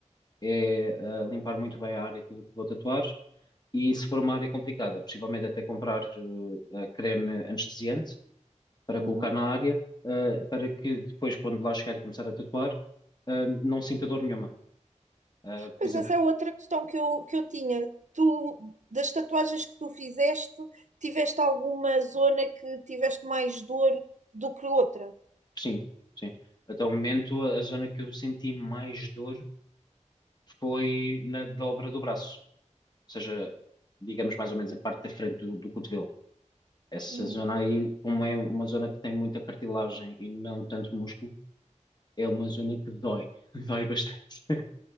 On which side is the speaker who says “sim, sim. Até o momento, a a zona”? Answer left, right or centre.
Left